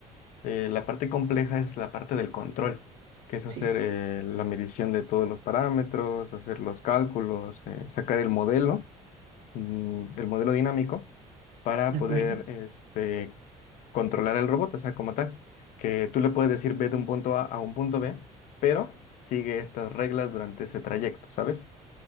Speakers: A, on the left (about 65°); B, on the right (about 80°).
A: Eh, la parte compleja es la parte del control, que es hacer
B: Sí,
A: eh, la medición de todos los parámetros, hacer los cálculos, eh, sacar el modelo, mm, el modelo dinámico, para
B: de
A: poder
B: acuerdo.
A: este, controlar el robot, o sea, como tal, que tú le puedes decir ve de un punto A a un punto B, pero sigue estas reglas durante ese trayecto, ¿sabes?